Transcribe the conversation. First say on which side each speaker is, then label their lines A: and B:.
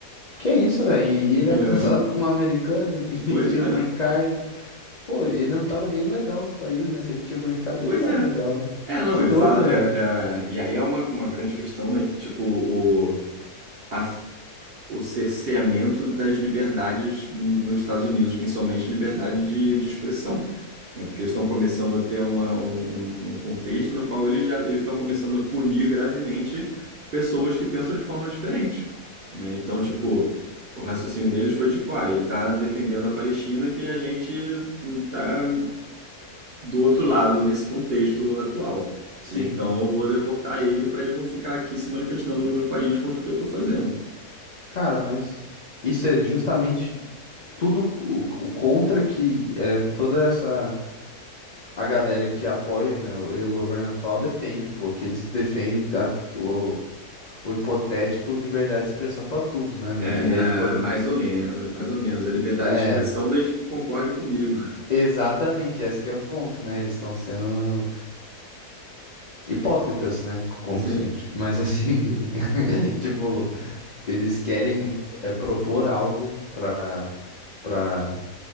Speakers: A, on the left; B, on the right.
A: Que isso, velho? E ele
B: É,
A: é <laughs> casado com uma americana <laughs>
B: pois
A: e tinha o green
B: é,
A: card. Pô, ele não tava nem legal no país, né? Se ele tinha o green card,
B: pois
A: ele tava
B: é.
A: legal, né?
B: É, não,
A: Que
B: ele
A: doido,
B: fala. é,
A: velho.
B: é, e aí é uma, uma grande questão, né? Que tipo, o, a o cerceamento das liberdades nos Estados Unidos, principalmente liberdade de, de expressão. né? Porque eles estão começando a ter uma, um, um- um contexto no qual eles já eles estão começando a punir gravemente pessoas que pensam de forma diferente. né? Então, tipo, o raciocínio deles foi tipo, ah, ele tá defendendo a Palestina que a gente tá do outro lado nesse contexto atual.
A: Sim.
B: Então eu vou deportar ele para ele não ficar aqui se manifestando no meu país contra o que eu tô fazendo.
A: Cara, mas isso é justamente tudo o o contra que é toda essa. a galera que apoia, né, o, o governo atual defende, pô, que eles defendem a- o, o hipotético liberdade de expressão pra tudo, né, velho?
B: É,
A: E aí, tipo,
B: mais ou menos, mais ou menos. A liberdade
A: é,
B: de expressão desde que concorde comigo. <laughs>
A: exatamente, esse que é o ponto, né? Eles estão sendo hipócritas, né? Como
B: Sim.
A: sempre. Mas assim, <laughs> tipo, eles querem é, propor algo pra, pra,